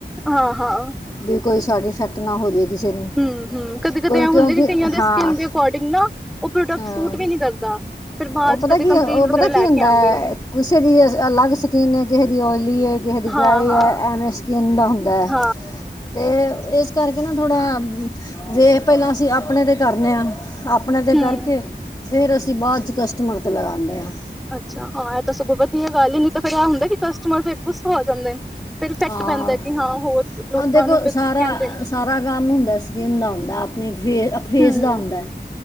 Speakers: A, in the centre; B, on the left.
A: ਹਾਂ- ਹਾਂ।
B: ਵੀ ਕੋਈ ਸਾਈਡ ਇਫੈਕਟ ਨਾ ਹੋ ਜਾਵੇ ਕਿਸੇ ਨੂੰ
A: ਹੂੰ- ਹੂੰ ਕਦੇ- ਕਦੇ
B: ਕੋਈ
A: ਐ
B: ਕਿਉਂਕਿ
A: ਹੁੰਦੇ ਕਈਆਂ ਦੇ
B: ਹਾਂ
A: ਸਕਿੰਨ ਦੇ ਅਕੋਡਿੰਗ ਨਾ ਉਹ ਪ੍ਰੋਡਕਟ
B: ਹਾਂ
A: ਸੂਟ ਵੀ ਨਹੀਂ ਕਰਦਾ। ਫਿਰ ਬਾਅਦ
B: ਉਹ
A: ਚ
B: ਪਤਾ
A: ਕਦੇ
B: ਕੀ
A: ਕੰਪਲੇਂਟ
B: ਉਹ
A: ਵਗੈਰਾ
B: ਪਤਾ
A: ਲੈ
B: ਕੀ ਹੁੰਦਾ
A: ਕੇ ਆਂਦੇ ਨੇ
B: ਕਿਸੇ ਦੀ ਅਲੱਗ ਸਕੀਨ ਹੈ ਕਿਸੇ ਦੀ ਆਇਲੀ ਏ। ਕਿਸ ਦੀ ਡਰਾਈ
A: ਹਾਂ ਹਾਂ
B: ਹੈ ਐਵੇਂ ਸਕਿੰਨ ਦਾ ਹੁੰਦਾ ਹੈ।
A: ਹਾਂ
B: ਤੇ ਇਸ ਕਰਕੇ ਨਾ ਥੋੜ੍ਹਾ ਵੇ ਪਹਿਲਾਂ ਅਸੀਂ ਆਪਣੇ ਤੇ ਕਰਨੇ ਹਾਂ। ਆਪਣੇ 'ਤੇ
A: ਹੂੰ
B: ਕਰਕੇ ਫਿਰ ਅਸੀਂ ਬਾਅਦ 'ਚ ਕਸਟਮਰ 'ਤੇ ਲਗਾਦੇ ਆ।
A: ਅੱਛਾ ਹਾਂ ਇਹ ਤਾਂ ਸਗੋਂ ਵਧੀ ਇਹ ਗੱਲ ਹੀ ਨੀ ਤਾਂ ਫਿਰ ਆ ਹੁੰਦਾ ਕਿ ਕਸਟਮਰ ਫਿਰ ਗੁੱਸਾ ਹੋ ਆ ਜਾਂਦੇ ਨੇ। ਪਰ ਇਫੈਕਟ
B: ਹਾਂ
A: ਪੈਂਦਾ ਕਿ ਹਾਂ ਹੋਰ ਲੋਕਾਂ
B: ਹਾਂ ਦੇਖੋ
A: ਨੂੰ ਕਹਿੰਦੇ
B: ਸਾਰਾ ਸਾਰਾ ਕੰਮ ਹੁੰਦਾ ਸਕਿੰਨ ਦਾ ਹੁੰਦਾ। ਆਪਣੀ ਫੇਸ ਆਪ ਫੇਸ
A: ਹੂੰ
B: ਦਾ ਆਦਾ